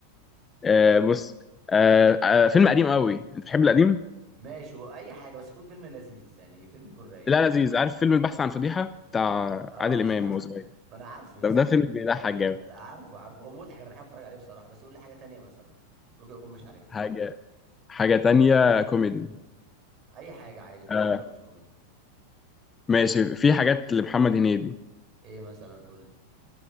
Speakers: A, on the left (about 20°); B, on the right (about 40°).
A: آه بص آه آه فيلم قديم قوي انت بتحب القديم
B: قول. ماشي واي حاجة بس يكون فيلم لذيذ يعني فيلم يكون رايق
A: لا لذيذ عارف فيلم البحث عن فضيحه بتاع
B: اه
A: عادل امام وهو صغير
B: <laughs> ما انا عارفه يا
A: طب
B: اسطى
A: ده فيلم بيضحك
B: لا
A: جامد
B: لا، عارفه عارفه هو مضحك انا بحب اتفرج عليه بصراحة بس قول لي حاجة تانية مثلا ممكن اكون مش عارفها
A: حاجه حاجه تانية كوميدي
B: اي حاجة عادي كوميدي
A: آه،
B: او مش كوميدي
A: ماشي في حاجات لمحمد هنيدي
B: ايه مثلا قول لي